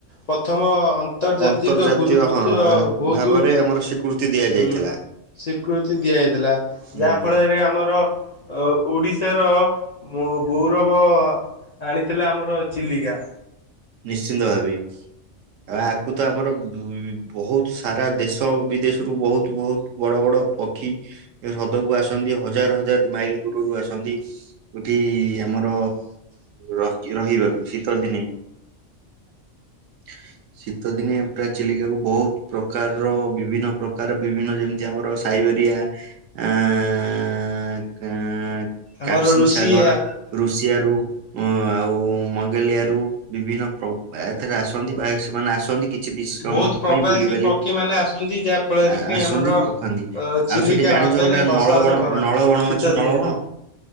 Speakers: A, on the left (about 55°); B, on the right (about 80°).
A: ପ୍ରଥମ- ଆନ୍ତର୍ଜାତିକ
B: ଅନ୍ତର୍ଜାତୀୟ
A: ଗୁରୁତ୍ଵ
B: ହଁ ଆ-
A: ବହୁତୁ
B: ଭାବରେ ଆମର ସ୍ୱୀକୃତି ଦିଆଯାଇଥିଲା।
A: ହୁଁ। ସ୍ଵୀକୃତି ଦିଆଯାଇଥିଲା।
B: ହୁଁ
A: ଯାହା ଫଳରେ ଆମର- ଓଡିଶାର ଗୌରବ- ଆଣିଥିଲା ଆମର ଚିଲିକା।
B: ନିଶ୍ଚିନ୍ତ ଭାବେ। ଆ କୁ ତ ଆମର ଉ ବହୁତ ସାରା ଦେଶ ବିଦେଶରୁୁ ବହୁତ ବହୁତ ବଡ ବଡ- <unintelligible> ପକ୍ଷୀ ଏ ହ୍ରଦକୁ ଆସନ୍ତି ହଜାର ହଜାର ମାଇଲ ଦୂରରୁ ଆସନ୍ତି ଉଠିଇ ଆମର ରହ-ରହିବାକୁ ଶୀତ ଦିନେ। <inaudible> ଶୀତ ଦିନେ ପ୍ରାୟ ଚିଲିକା କୁ ବୋହୁତ ପ୍ରକାରର ବିଭିନ୍ନ ପ୍ରକାର ବିଭିନ୍ନ ଯେମିତି ଆମର ସାଇ ହେରିଆ ଆଂ କା <unintelligible>
A: ଆମର
B: କାପସିନ୍
A: ଋଷିଆ
B: ସାଗର ରୁଷିଆରୁ ଉଁ ଆଉ ମଙ୍ଗେଲିଆରୁ ବିଭିନ୍ନ ପ୍ର ଏଥିରେ ଆସନ୍ତି। ବାଏ <unintelligible> ସେମାନେ ଆସନ୍ତି। କିଛି ଦି- ସମୟ
A: ବୋହୁତ ପ୍ରବାସୀ
B: ପାଇଁ ବୁଲିବାଲି
A: ପକ୍ଷୀ ମାନେ ଆସନ୍ତି। ଯାହାଫଳରେ
B: ଆ-
A: କି
B: ଆସନ୍ତି
A: ଆମର ଅ
B: ପକାନ୍ତି। ଆଉ
A: ଚିଲି
B: ସେଠି
A: କା
B: ଜାଣିଛ
A: ହ୍ରଦରେ
B: ଗୋଟା
A: ବସବାସ
B: ନଳବଣ
A: କରନ୍ତି
B: ନଳବଣ
A: ଶୀତ
B: ଅଛି ନଳବଣ?
A: ଦିନରେ